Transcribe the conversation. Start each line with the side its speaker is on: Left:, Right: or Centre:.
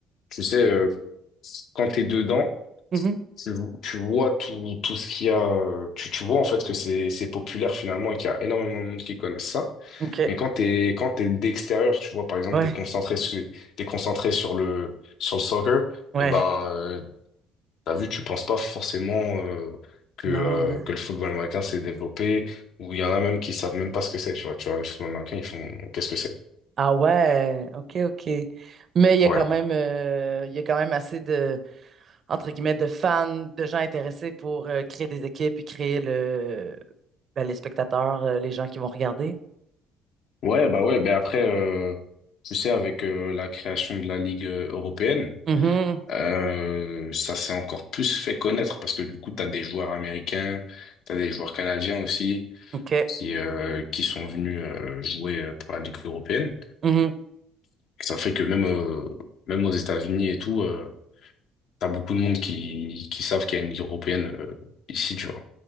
Left: tu sais, euh, quand t'es dedans,
Right: Mhm.
Left: tu, tu vois tout, tout ce qu'il y a. euh, Tu, tu vois en fait que c'est c'est populaire finalement et qu'il y a énormément de monde qui connaissent ça.
Right: OK.
Left: Mais quand t'es quand t'es d'extérieur, tu vois, par exemple,
Right: Ouais,
Left: t'es concentré sur, t'es concentré sur le, sur le soccer,
Right: ouais.
Left: et ben, euh, T'as vu, tu penses pas forcément euh, que,
Right: Non,
Left: euh,
Right: ouais.
Left: que le football américain s'est développé, ou il y en a même qui savent même pas ce que c'est, tu vois. Tu vois, le football américain, ils font qu'est-ce que c'est?
Right: Ah ouais, OK, OK. Mais il y a
Left: Ouais.
Right: quand même euh, il y a quand même assez de entre guillemets de fans, de gens intéressés pour euh, créer des équipes et créer le ben, les spectateurs, euh, les gens qui vont regarder.
Left: Ouais, bah ouais, mais après, euh, tu sais, avec euh, la création de la Ligue euh, européenne,
Right: Mhm.
Left: euh, ça s'est encore plus fait connaître parce que du coup, t'as des joueurs américains, t'as des joueurs canadiens aussi
Right: OK.
Left: qui, euh, qui sont venus euh, jouer euh, pour la Ligue européenne.
Right: Mhm.
Left: Ça fait que même, euh, même aux États-Unis et tout, euh, T'as beaucoup de monde qui, qui savent qu'il y a une ligue européenne euh, ici, tu vois.